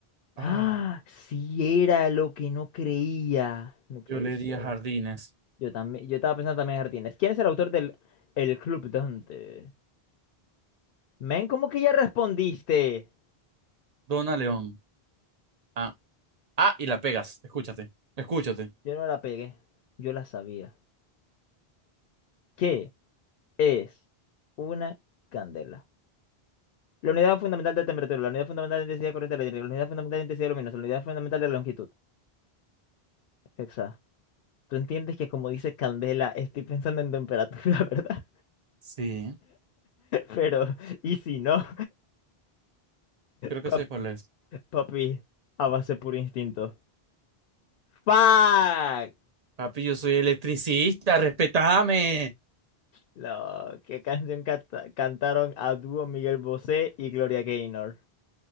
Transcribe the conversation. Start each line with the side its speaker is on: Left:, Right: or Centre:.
Right: Ah,
Left: Ah, sí era lo que no creía. No puede
Right: yo le
Left: ser.
Right: diría jardines.
Left: Yo también, yo estaba pensando también en jardines. ¿Quién es el autor del El Club Dante? Men, ¿cómo que ya respondiste?
Right: Dona León. Ah, ah, y la pegas. Escúchate. Escúchate.
Left: Yo no la pegué. Yo la sabía. ¿Qué es una candela? La unidad fundamental de temperatura, la unidad fundamental de intensidad de corriente eléctrica, la unidad fundamental de intensidad luminosa, la unidad fundamental de longitud. Hexágono. Tú entiendes que como dice Candela, estoy pensando en temperatura, <laughs> ¿verdad?
Right: Sí,
Left: Pero, ¿y si no?
Right: creo que
Left: Pap-
Right: sé cuál es.
Left: Papi, a base puro instinto. ¡Fuck!
Right: Papi, yo soy electricista, respetame.
Left: Lo, qué canción canta- cantaron a dúo Miguel Bosé y Gloria Gaynor.